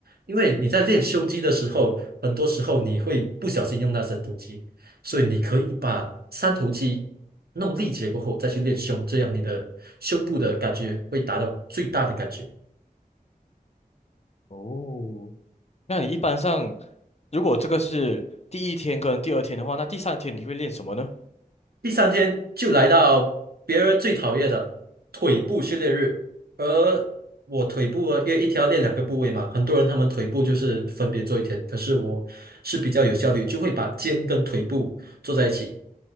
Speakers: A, on the right (about 85°); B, on the left (about 45°).
A: 因为你在练胸肌的时候，很多时候你会不小心用到三头肌，所以你可以把三头肌弄力竭过后再去练胸，这样你的胸部的感觉会达到最大的感觉。
B: 哦，那你一般上如果这个是第一天跟第二天的话，那第三天你会练什么呢？
A: 第三天就来到别人最讨厌的腿部训练日，而我腿部啊因为一天要练两个部位嘛，很多人他们腿部就是分别做一天，可是我是比较有效率，就会把肩跟腿部做在一起。